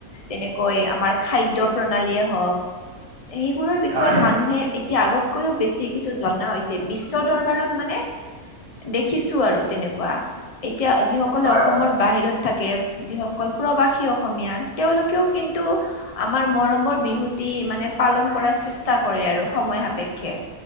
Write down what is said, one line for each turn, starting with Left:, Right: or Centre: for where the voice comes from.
Left: তেনেকৈ আমাৰ খাদ্য প্ৰণালীয়ে হওক। সেইবোৰৰ বিষয়ে
Right: হয়
Left: মানুহে এতিয়া আগতকৈও বেছি। কিছু জনা হৈছে বিশ্ব দৰবাৰত মানে দেখিছো আৰু তেনেকুৱা এতিয়া যিসকলে
Right: হয়
Left: অসমৰ
Right: হয়
Left: বাহিৰত থাকে যিসকল প্ৰবাসী অসমীয়া তেওঁলোকেও কিন্তু আমাৰ মৰমৰ বিহুটি মানে পালন কৰা চেষ্টা কৰে আৰু সময় সাপেক্ষে।